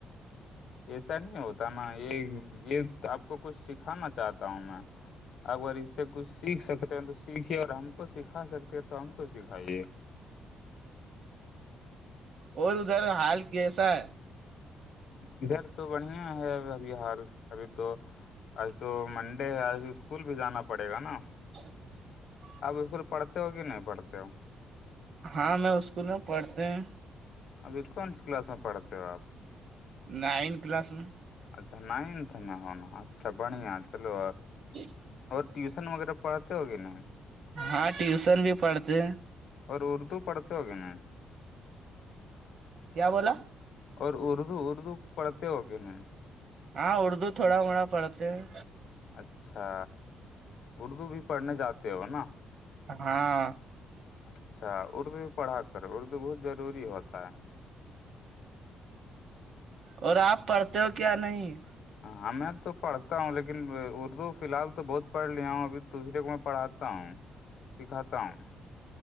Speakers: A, on the left; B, on the right.
A: ایسا نہیں ہوتا نا یہ یہ آپ کو کچھ سکھانا چاہتا ہوں میں اگر اس سے کچھ سیکھ سکتے ہیں تو سیکھے اور ہم کو سکھا سکتے تو ہم کچھ دکھائیے
B: اور ادھر حال کیسا ہے
A: ادھر تو بڑھیا ہے ابھی حال ابھی تو آج تو منڈے ہے آج اسکول بھی جانا پڑے گا نا
B: ج <unintelligible>
A: آپ اسکول پڑھتے ہو کہ نہیں پڑھتے ہو
B: ہاں میں اسکول میں پڑھتے ہیں
A: ابھی کون سی کلاس میں پڑھتے ہو آپ
B: نائن کلاس میں
A: اچھا نائنتھ میں ہونا اچھا بڑھیا چلو
B: جی <unintelligible>
A: اور ٹیوشن وغیرہ پڑھتے ہوگے نہیں
B: ہاں ٹیوشن بھی پڑھتے ہیں
A: اور اردو پڑھتے ہوگے نا
B: کیا بولا
A: اور اردو اردو پڑھتے ہو کے نہیں
B: ہاں اردو تھوڑا تھوڑا پڑھتے ہیں
A: اچھا اردو بھی پڑھنے جاتے ہو نا
B: ہاں
A: اچھا اردو بھی پڑھا کر اردو بہت ضروری ہوتا ہے
B: اور آپ پڑھتے ہو کیا نہیں
A: ہاں میں تو پڑھتا ہوں لیکن اردو فی الحال تو بہت پڑھ لیا ہوں ابھی دوسرے کو میں پڑاتا ہوں سکھاتا ہوں